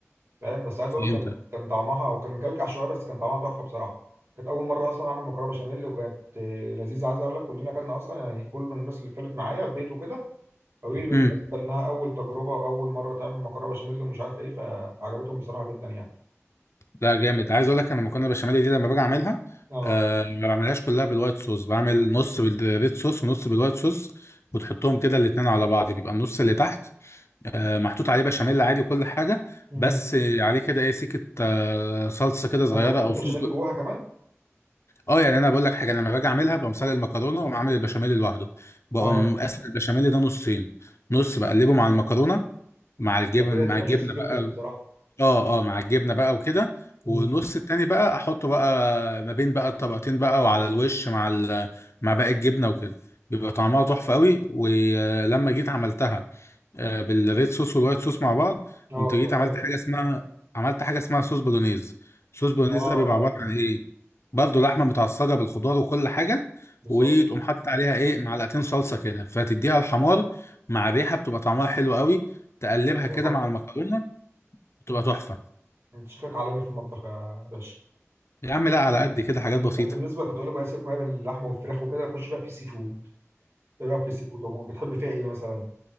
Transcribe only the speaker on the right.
فاهم بس عايز اقول
لك كان كان طعمها وكان مكلكع شويه بس كان طعمها تحفه بصراحه كانت اول مره اصلا اعمل مكرونه بشاميل وكانت آه، لذيذه عايز اقول لك كلنا اكلنا اصلا يعني كل الناس اللي اتكلمت معايا في بيت وكده قالوا لي بالنسبه
انها اول تجربه واول مره تعمل مكرونه بشاميل ومش عارف ايه فعجبتهم بصراحه جدا يعني
اه
امم
يعني انت بتحط
البشاميل
جواها كمان
اه
ده كده تبقى
جوسي جدا
بصراحة
مم.
اه
بتبقى
حلو
اه
اه
بالظبط
بتبقى
تحفة
مم.
انت شكلك عالمي في المطبخ يا باشا
مم.
طب بالنسبة كنت اقول لك بقى سيبك بقى من اللحمة والفراخ وكده خش بقى في السي فود ايه رأيك في السي فود عموما بتحب فيها ايه مثلا؟